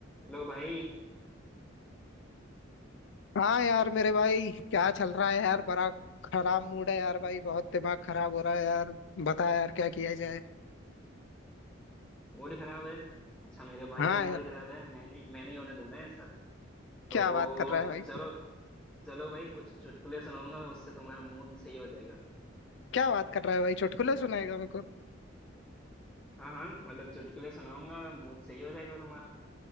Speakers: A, in the centre; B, on the left.
A: हेलो भाई
B: हाँ यार मेरे भाई क्या चल रहा है यार बड़ा खराब मूड है यार भाई बहुत दिमाग खराब हो रहा है यार बता यार क्या किया जाए
A: मूड खराब है अच्छा मेरे भाई
B: हाँ
A: का मूड
B: यार
A: खराब है मैंने मैं नहीं होने दूंगा ऐसा तो
B: क्या बात कर रहा है भाई
A: चलो चलो भाई कुछ चुटकुले सुनाऊंगा उससे तुम्हारा मूड सही हो जाएगा
B: क्या बात कर रहा है भाई चुटकुले सुनाएगा मेरे को
A: हाँ हाँ मतलब चुटकुले सुनाऊंगा मूड सही हो जाएगा तुम्हारा